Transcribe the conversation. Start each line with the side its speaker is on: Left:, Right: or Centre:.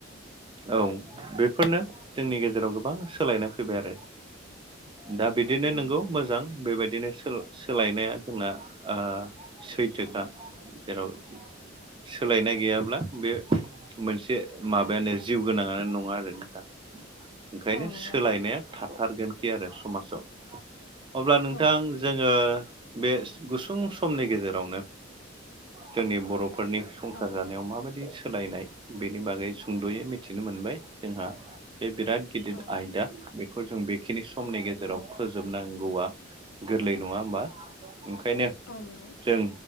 Right: औ बेफोरनो जोंनि गेजेराव गोबां सोलायनाय फैबाय आरो। दा
Left: औ
Right: बिदिनो
Left: नंगौ
Right: नोंगौ मोजां बेबायदिनो सोलाय सोलायनाया जोंना ओ सैथोखा जेराव सोलायनाय गैयाब्ला बे मोनसे माबायानो जिउ गोनाङानो नङा आरो नोंथां ओंखायनो
Left: औ नंगौ
Right: सोलायनाया थाथारगोनखि आरो समाजाव अब्ला नोंथां
Left: औ
Right: जोङो बे गुसुं समनि गेजेरावनो जोंनि बर'फोरनि संसार
Left: औ
Right: जानायाव माबायदि सोलायनाय बेनि बागै सुंद'यै मि मिथिनो मोनबाय जोंहा बे बिराद गिदिर
Left: औ
Right: आयदा बेखौ जों बे खिनि समनि गेजेराव
Left: औ
Right: फोजोबनांगौआ गोरलै नङा होमबा। ओंखायनो
Left: औ नंगौ
Right: जों